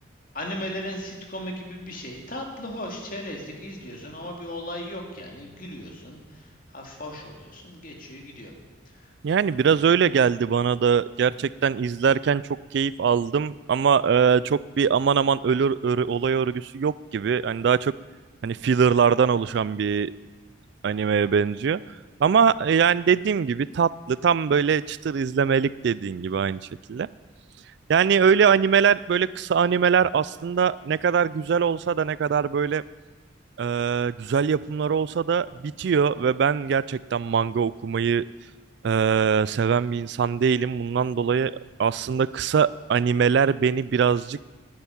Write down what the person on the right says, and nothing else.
Yani
biraz
öyle geldi bana da. Gerçekten
izlerken çok keyif aldım ama e, çok bir aman aman ölür, ölü- olay örgüsü yok gibi. Hani daha çok hani fillerlardan oluşan bir animeye benziyor. Ama e, yani dediğim gibi tatlı, tam böyle çıtır izlemelik dediğin gibi aynı şekilde. Yani öyle animeler, böyle kısa animeler aslında ne kadar güzel olsa da ne kadar böyle e, güzel yapımları olsa da bitiyor ve ben gerçekten manga okumayı e, seven bir insan değilim. Bundan dolayı aslında kısa animeler beni birazcık